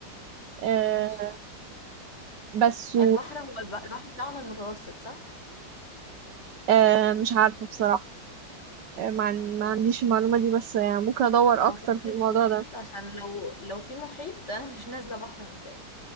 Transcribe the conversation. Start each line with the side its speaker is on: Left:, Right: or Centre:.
Right: أه...
Left: ماشي
Right: بس
Left: البحر هو الب- البحر بتاعهم المتوسط صح؟
Right: آه، مش عارفة بصراحة آه، ما عن- ما عنديش المعلومة دي بس يعني ممكن أدور
Left: اعتقد
Right: أكتر في
Left: المتوسط
Right: الموضوع ده
Left: عشان لو لو في محيط <laughs> انا مش نازلة بحر مبدئيا